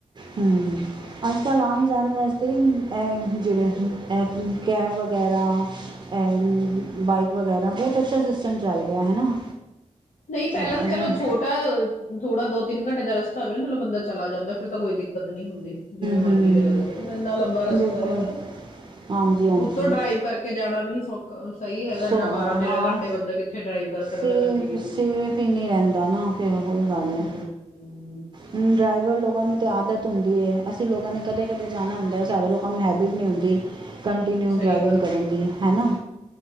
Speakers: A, on the right; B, on the left.
A: ਹਮਮ ਅ ਆਨ ਜਾਨ ਵਾਸਤੇ ਹੀ ਏਹ ਜਿਵੇੰ ਕਿ <inaudible> ਕੈਬ ਵਗੈਰਾ, ਏਹ ਬਾਈਕ ਵਗੈਰਾ, ਬਹੁਤ ਅੱਛਾ ਸਿਸਟਮ ਚੱਲ ਗਿਆ ਹੈ ਨਾ।
B: ਨਹੀਂ ਪਹਿਲਾਂ
A: ਉਹਦਾ
B: ਤਾਂ ਚਲੋ
A: ਹਮ
B: ਛੋਟਾ, ਅਹ ਥੋੜਾ ਦੋ ਤਿੰਨ ਘੰਟੇ ਦਾ ਰਸ <inaudible> <inaudible> ਮਲੋਂ ਬੰਦਾ ਚਲਾ ਜਾਂਦਾ ਏ, ਫਿਰ ਤਾਂ ਕੋਈ ਦਿੱਕਤ ਨੀ ਹੁੰਦੀ ਜਿਵੇਂ
A: ਹਮ
B: ਮਰਜੀ ਚਲੇ ਜਾਓ, ਇੰਨਾ ਲੰਬਾ ਰਸਤਾ
A: ਬਿਲਕੁਲ
B: ਹੈ ਹੈਨਾ,
A: ਹਾਂਜੀ ਹਾਂਜੀ
B: ਖੁਦ ਤੋਂ ਡਰਾਈਵ ਕਰਕੇ ਜਾਣਾ ਵੀ ਨੀ ਸੌਖਾ <inaudible> <inaudible> ਹੈਗਾ ਇੰਨਾ
A: ਸੋ
B: ਬਾਰਾਂ, ਤੇਰਾਂ
A: ਹਾਂ
B: ਘੰਟੇ ਬੰਦਾ ਕਿੱਥੇ ਡਰਾਈਵ ਕਰ ਸਕਦਾ।
A: ਸੇਫ
B: ਘੰ <inaudible>
A: ਸੇਫ ਹੀ ਨਹੀਂ ਰਹਿੰਦਾ ਨਾ, ਫੇਰ ਉਹਹੀ ਗੱਲ ਹੈ।
B: ਹਮ
A: ਹਮ, ਡਰਾਈਵਰ ਲੋਗਾਂ ਨੂੰ ਆਦਤ ਹੁੰਦੀ ਏ, ਅਸੀਂ ਲੋਗਾਂ ਨੇ ਕਦੇ-ਕਦੇ ਜਾਣਾ ਹੁੰਦਾ ਏ, ਸਾਡੇ ਲੋਕਾਂ ਨੂੰ ਹੈਬਿਟ ਨਹੀਂ ਹੁੰਦੀ। ਕੰਟੀਨਿਊ
B: ਸਹੀ
A: ਡਰਾਈਵਿੰਗ
B: ਗੱਲ
A: ਕਰਨ ਦੀ ਹੈਨਾ?